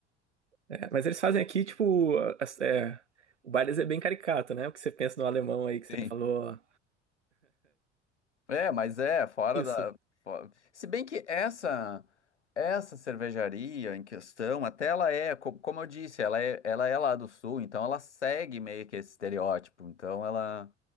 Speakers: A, on the right; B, on the left.
A: É, mas eles fazem aqui, tipo, as- é, o Baileys é bem caricato, né? O que você pensa no alemão aí que
B: Sim.
A: você falou.
B: É, mas é, fora
A: Isso.
B: da. fo- Se bem que essa essa cervejaria em questão, até ela é, co- como eu disse, ela é, ela é lá do sul, então ela segue meio que esse estereótipo. Então ela,